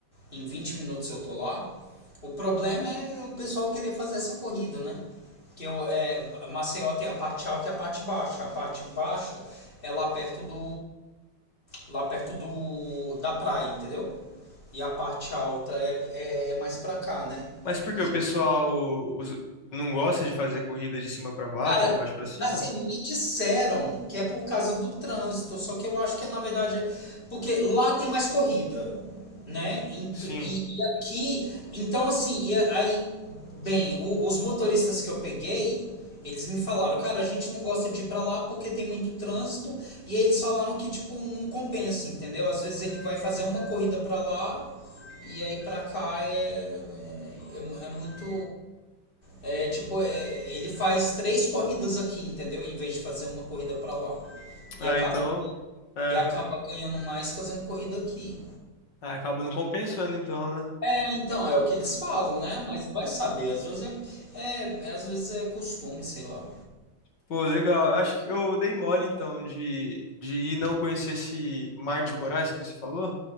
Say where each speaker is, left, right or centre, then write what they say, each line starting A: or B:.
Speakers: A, on the left; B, on the left.
A: em 20 minutos eu tô lá. O problema é o pessoal querer fazer essa corrida, né? Que eu, é, Maceió tem a parte alta e a parte baixa. A parte baixa é lá perto do lá perto do da praia, entendeu? E a parte alta é, é, é mais pra cá, né?
B: Mas por que
A: E
B: o pessoal os- não gosta de fazer corrida de cima pra baixo,
A: Cara,
B: de baixo pra cima?
A: assim, me disseram que é por causa do trânsito, só que eu acho que na verdade é porque lá tem mais corrida, né? Ent-
B: Sim.
A: E, e aqui, então assim, e a- aí, bem, o- os motoristas que eu peguei, eles me falaram, cara, a gente não gosta de ir pra lá porque tem muito trânsito, e aí eles falaram que, tipo, não compensa, entendeu? Às vezes ele vai fazer uma corrida pra lá, e aí pra cá é, é, é é muito. É, tipo, é, ele faz três corridas aqui, entendeu? Em vez de fazer uma corrida pra lá. E
B: Ah,
A: acaba,
B: então. É.
A: e acaba ganhando mais fazendo corrida aqui.
B: Ah, acaba não compensando, então, né?
A: É, então, é o que eles falam, né? Mas vai saber, às vezes é, é- é- às vezes é costume, sei lá.
B: Pô, legal. Acho que eu dei mole então de, de ir não conhecer esse mar de corais que você falou.